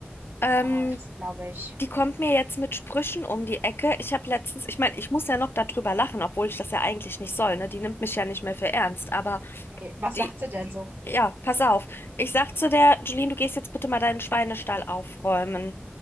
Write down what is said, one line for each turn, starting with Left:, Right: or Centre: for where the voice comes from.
Left: Ähm,
Right: Oh, das glaube ich.
Left: Die kommt mir jetzt mit Sprüchen um die Ecke. Ich habe letztens, ich meine, ich muss ja noch darüber lachen, obwohl ich das ja eigentlich nicht soll, ne? Die nimmt mich ja nicht mehr für ernst, aber
Right: Nee, was sagt
Left: die,
Right: sie denn so?
Left: ja, pass auf. Ich sag zu der, Julien, du gehst jetzt bitte mal deinen Schweinestall aufräumen.